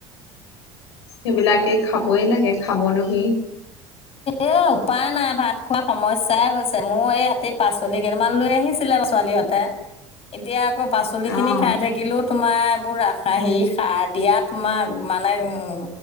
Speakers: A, on the left; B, on the left.
A: সেইবিলাকে খাবই লাগে খাবনো কি?
B: এ উপায় নাই ভাত খোৱা সমস্যাই হৈছে। মোৰ এই ইয়াতে পাচলি কেইটামান লৈ আহিছিলে ছোৱালীহঁতে। এতিয়া আকৌ পাচলিখিনি
A: অ'
B: খাই থাকিলেও তোমাৰ বোৰ ৰাসায়নিক সাৰ দিয়া তোমাক মানে উম